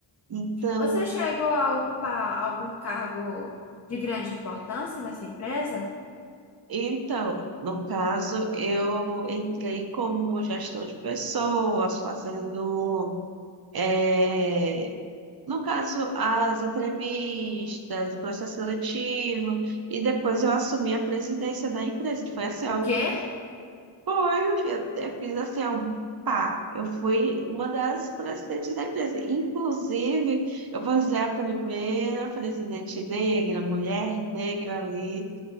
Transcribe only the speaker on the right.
Então,
então, no caso, eu entrei como gestão de pessoas, fazendo, eh, no caso, as entrevistas, o processo seletivo, e depois eu assumi a presidência da empresa, que foi assim, ó,
foi, meu filho, eu fiz assim, ó, pá, eu fui uma das presidentes da empresa, inclusive, eu vou ser a primeira presidente negra, mulher negra ali,